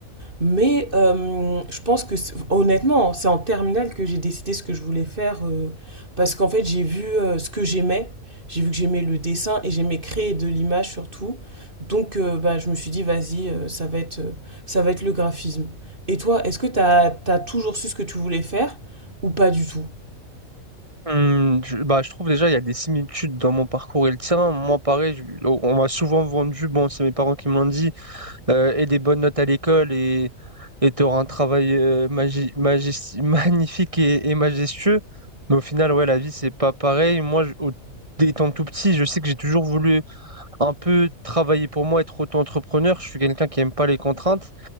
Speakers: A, on the right; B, on the right.
A: Mais euh, je pense que c'est- honnêtement, c'est en terminale que j'ai décidé ce que je voulais faire euh, parce qu'en fait, j'ai vu euh, ce que j'aimais. J'ai vu que j'aimais le dessin et j'aimais créer de l'image surtout. Donc euh, bah, je me suis dit, vas-y, euh, ça va être, euh, ça va être le graphisme. Et toi, est-ce que t'as, t'as toujours su ce que tu voulais faire ou pas du tout?
B: Hum, je, bah, je trouve déjà il y a des similitudes dans mon parcours et le tien. Moi, pareil, je- on on m'a souvent vendu, bon, c'est mes parents qui me l'ont dit, euh, et des bonnes notes à l'école et et tu auras un travail euh, magi- magis- <laughs> magnifique et, et majestueux. Mais au final, ouais, la vie, c'est pas pareil. Moi, je- au- étant tout petit, je sais que j'ai toujours voulu un peu travailler pour moi, être auto-entrepreneur. Je suis quelqu'un qui aime pas les contraintes.